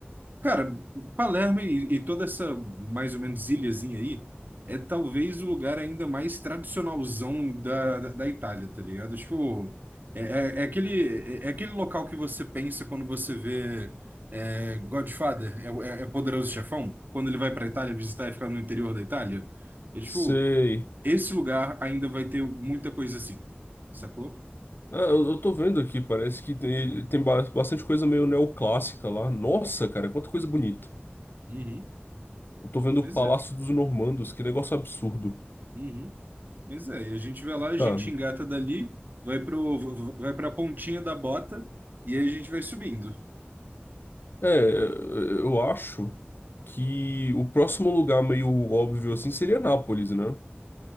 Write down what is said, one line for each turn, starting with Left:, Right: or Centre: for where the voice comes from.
Right: Cara, Palermo e, e toda essa mais ou menos ilhazinha aí é talvez o lugar ainda mais tradicionalzão da, da, da Itália, tá ligado? Tipo, é, é- é aquele, é, é aquele local que você pensa quando você vê é, Godfather, é, o- é, é Poderoso Chefão, quando ele vai pra Itália visitar e ficar no interior da Itália. É, tipo,
Left: Sei.
Right: esse lugar ainda vai ter muita coisa assim, sacou?
Left: Ah, eu, eu tô vendo aqui, parece que tem, tem ba- bastante coisa meio neoclássica lá. Nossa, cara, quanta coisa bonita.
Right: Uhum.
Left: Eu tô vendo
Right: Mas
Left: o Palácio
Right: é.
Left: dos Normandos, que negócio absurdo.
Right: Uhum. Pois é, e a gente vai lá, a
Left: Tá.
Right: gente engata dali, vai pro, vai pra pontinha da bota e aí a gente vai subindo.
Left: É, é, é, eu acho que o próximo lugar meio óbvio assim seria Nápoles, né?